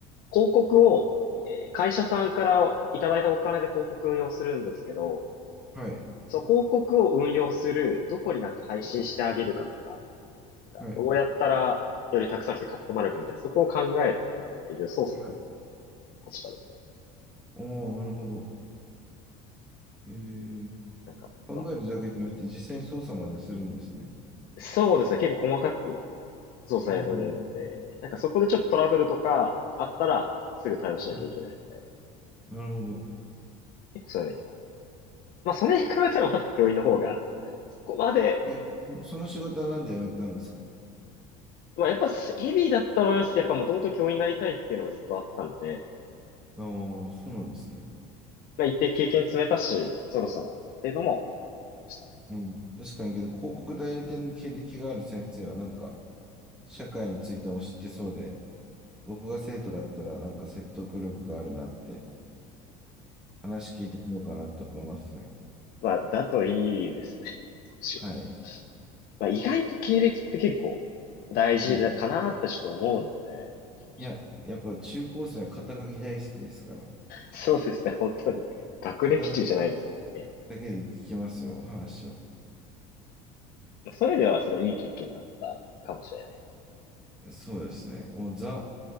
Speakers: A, on the left; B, in the centre.
A: 広告を、えー会社さんからいただいたお金で広告運用するんですけど、
B: はい。
A: そう、広告を運用する、どこになんか配信してあげるかとか、なんかどうやったらよりたくさん来て買ってもらえるかみたいな、
B: はい。
A: そこを考えて、いろいろ操作する
B: はい。
A: 立場ですね。
B: おお、なるほど。えー、
A: なんか、
B: 考えるだけじゃなくて実際に操作までするんですね。
A: まあ、そうですね。結構細かく操作やるので、
B: おお、
A: なんかそこでちょっとトラブルとかあったら、すぐ対応しなきゃいけないので、
B: な、なるほど。
A: 結構そういう意味では。まあ、それに比べたらまだ教員の方が、そこまで、
B: え、そその仕事はなんで辞めたんですか
A: まあ、やっぱヘビーだったのはありますし、やっぱもともと教員になりたいっていうのがずっとあったので、
B: ああー、そうなんですね。
A: まあ、一定経験積めたし、そろそろ、っていうのもありましたね。
B: うん、確かにけど、広告代理店の経歴がある先生は、なんか、社会についても知ってそうで、僕が生徒だったら、なんか説得力があるなって、話聞いてみようかなと思いますね。
A: まあ、だといいですね。少しは。
B: はい。
A: まあ、意外と経歴って結構大事だかなってちょっと思うので、
B: はい。
A: 正直。
B: いや、やっぱり中高生は肩書き大好きですから、
A: そうですね、本当に。学歴中じゃないですけどね。
B: 肩書きだけで聞きますよ、話を。
A: まあそういう意味ではすごいいい経験だったかもしれないです
B: そうですね。もうザ・